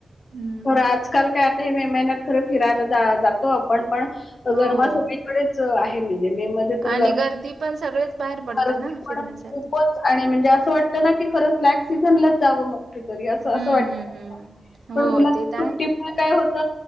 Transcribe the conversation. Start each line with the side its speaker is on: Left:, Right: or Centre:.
Right: हम्म
Left: थोड आज काल <unintelligible> मे महिन्यात फिरायला जा जातो‌ आपण पण
Right: हो
Left: गरम आस काही कडेच आहे म्हणजे मे मध्ये तर
Right: आणि
Left: गरमा
Right: गर्दी पण. सगळेच बाहेर पडतात
Left: गर्दी
Right: ना
Left: पण
Right: फिरण्यासाठी.
Left: खूपच आणि म्हणजे असं वाटतं ना? की खरं फ्लॅट सीझनलाच जावं मग कुठेतरी असं
Right: हम्म
Left: असं वाटत-
Right: हम्म हम्म हो
Left: पण मुलांच्या
Right: ते तर आहे
Left: सुट्टीत काय होत?